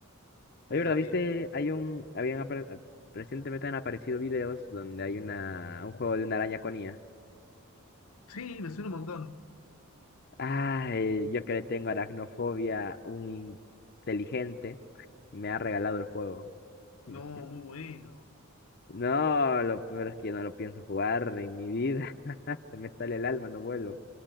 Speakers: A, on the left; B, on the left.
A: Divertido.
B: Oye, ¿verdad? ¿Viste? Hay un, habían, apare- a- recientemente han aparecido videos donde hay una, un juego de una araña con IA.
A: Sí, me suena un montón.
B: Ay, yo que le tengo aracnofobia, un inteligente me ha regalado el juego. <laughs>
A: No, muy bueno.
B: No, lo peor es que yo no lo pienso jugar en mi vida. <laughs> Se me sale el alma, no vuelo.